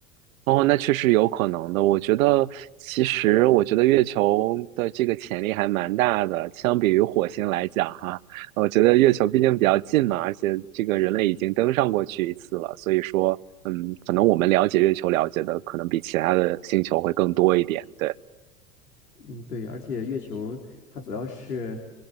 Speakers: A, on the right; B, on the left.
A: 哦，那确实有可能的。我觉得，其实我觉得月球的这个潜力还蛮大的，相比于火星来讲，哈，我觉得月球毕竟比较近嘛，而且这个人类已经登上过去一次了，所以说，嗯，可能我们了解月球了解的可能比其他的星球会更多一点。对。
B: 嗯，对，而且月球它主要是，